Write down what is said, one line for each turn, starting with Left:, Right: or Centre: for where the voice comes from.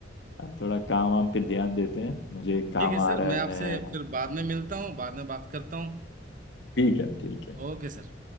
Left: अब थोड़ा काम वाम पे ध्यान देते हैं मुझे काम
Right: ठीक है सर
Left: आ रहा
Right: मैं
Left: है
Right: आपसे
Left: मैं
Right: फिर बाद में मिलता हूँ बाद में बात करता हूँ
Left: ठीक है ठीक है
Right: Okay sir